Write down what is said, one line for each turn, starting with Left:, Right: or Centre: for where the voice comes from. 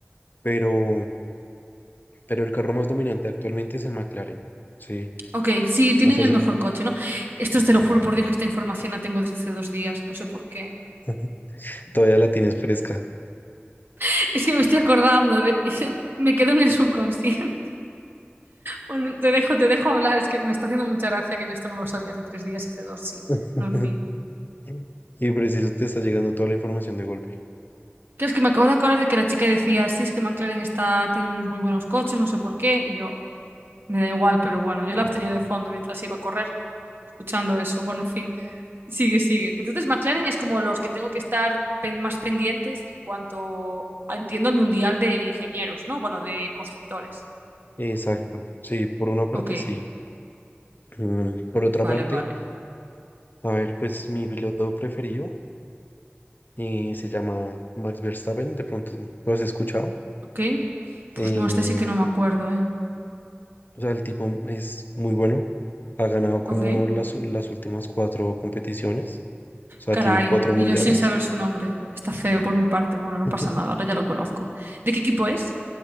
Left: pero, pero el carro más dominante actualmente es el McLaren, ¿sí?
Right: Ok, sí, tienen
Left: O sea,
Right: el
Left: es
Right: mejor
Left: el-
Right: coche, ¿no? Esto te lo juro por Dios que esta información la tengo desde hace dos días, no sé por qué.
Left: <laughs> todavía la tienes fresca.
Right: <laughs> Es que me estoy acordando, de- <laughs> me quedo en el subconsciente. <laughs> Bueno, te dejo, te dejo hablar, es que me está haciendo mucha gracia que yo esto no lo sabía hace tres días y hace dos, sí.
Left: <laughs>
Right: Bueno, en fin.
Left: Y preciso te está llegando toda la información de golpe.
Right: Claro, es que me acabo de acordar de que la chica decía, sí, es que McLaren está, tiene unos muy buenos coches, no sé por qué, y yo, me da igual, pero bueno, yo la tenía de fondo mientras iba a correr, escuchando eso. Bueno, en fin, sigue, sigue. Entonces, McLaren es como los que tengo que estar pen- más pendientes en cuanto, a- entiendo, el mundial de ingenieros, ¿no? Bueno, de constructores.
Left: Exacto, sí, por una parte
Right: Ok,
Left: sí. Mm, Por otra
Right: vale,
Left: parte,
Right: vale.
Left: a ver, pues mi piloto preferido. y se llama Max Verstappen, de pronto lo has escuchado.
Right: Ok, pues
Left: Em,
Right: no, este sí que no me acuerdo, ¿eh?
Left: o sea, el tipo es muy bueno, ha ganado como
Right: Ok.
Left: las, u- las últimas cuatro competiciones, o sea,
Right: Caray,
Left: tiene cuatro mundiales.
Right: y yo sin saber su nombre. Está feo por mi parte. Bueno, no
Left: <laughs>
Right: pasa nada, ahora ya lo conozco. ¿De qué equipo es?